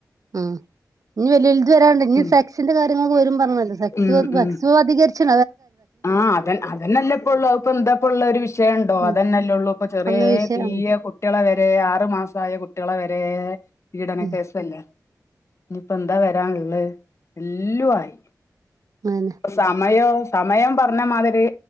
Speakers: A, on the right; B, on the left.
A: ഉം ഇനി വല്യ വൽത് വരാണ്ട് ഇനി
B: ഉം
A: സെക്സിന്റെ കാര്ങ്ങൾ വും പറഞ്ഞ സെക്സും
B: ഉം ഉം
A: അധികരി ച്ച്
B: ആഹ് അത അതന്നെല്ലെ ഇപ്പൊള്ളു. അത്പ്പോ എന്താപ്പൊള്ളെ ഒരു വിഷയ ണ്ടോ.
A: ഉം
B: അതന്നല്ലേ ള്ളു പ്പോ ചെറിയ
A: അന്ന് വിഷയം
B: പീയ
A: ഉം
B: കുട്ട്യാളെ വരെ ആറു മാസായ കുട്ടികളെ വരെ പീഡന
A: ഉം
B: കേസല്ലേ ഇനിപ്പോ എന്താ വരാൻള്ള എല്ലു ആയി.
A: അതന്നെ
B: സമയോ സമയം പറഞ്ഞ മാതിരി